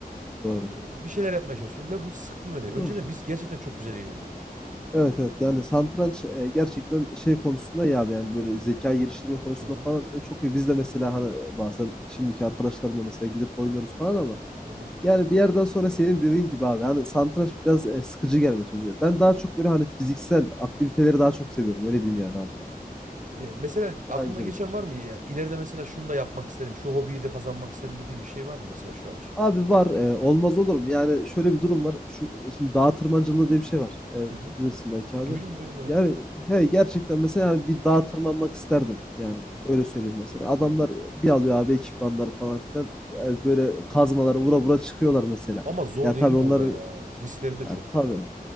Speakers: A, in the centre; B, on the right.
A: doğru.
B: e, bir şeyler yapmaya çalışıyorsun ve bu sıktı beni. Önceden
A: Doğru.
B: biz gerçekten çok güzel eğleniyorduk.
A: Evet evet yani satranç e, gerçekten şey konusunda ya abi yani böyle zeka geliştirme konusunda
B: Hı hı,
A: falan e, çok iyi. Biz de mesela hani e, bazen şimdiki arkadaşlarımla mesela gidip oynuyoruz falan ama
B: hı hı,
A: yani bir yerden sonra senin dediğin gibi abi hani satranç biraz e, sıkıcı gelme çocuğa. Ben daha çok böyle hani fiziksel aktiviteleri daha çok seviyorum öyle diyeyim
B: hı
A: yani
B: hı.
A: abi sana.
B: Ya mesela aklına
A: Daha güzel
B: geçen
A: oluyor.
B: var mı ya? İleride mesela şunu da yapmak isterim. Şu hobiyi de kazanmak isterim dediğim bir şey var mı mesela şu an için?
A: Abi var, eee, olmaz olur mu? Yani şöyle bir durum var. Şu şimdi dağ tırmancılığı diye bir şey var. Eee,
B: Hı hı.
A: bilirsin belki abi.
B: Duydum duydum evet.
A: Yani he gerçekten mesela yani bir dağ tırmanmak isterdim. Yani öyle söyleyeyim mesela. Adamlar
B: Hmm.
A: bir alıyor abi ekipmanları falan filan. Yani böyle kazmaları vura vura çıkıyorlar mesela.
B: Ama zor
A: Ya
B: değil
A: tabii
B: mi
A: onların
B: o da ya? Riskleri de
A: ya
B: çok
A: tabii.
B: ya.